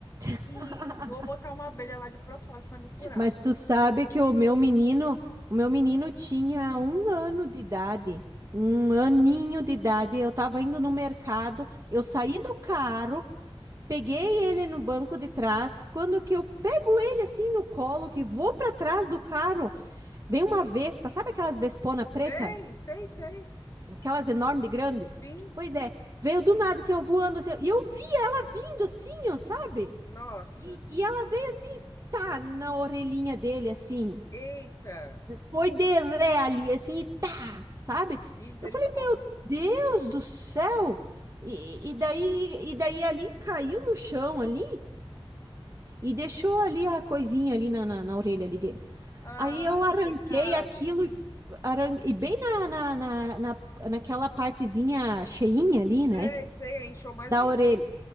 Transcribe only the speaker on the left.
e vou botar uma abelha lá de propósito pra me furar.
Sei, sei, sei.
Sim.
Nossa.
Eita,
misericórdia.
Ah,
que pecado.
Sei, sei, aí inchou mais
ainda.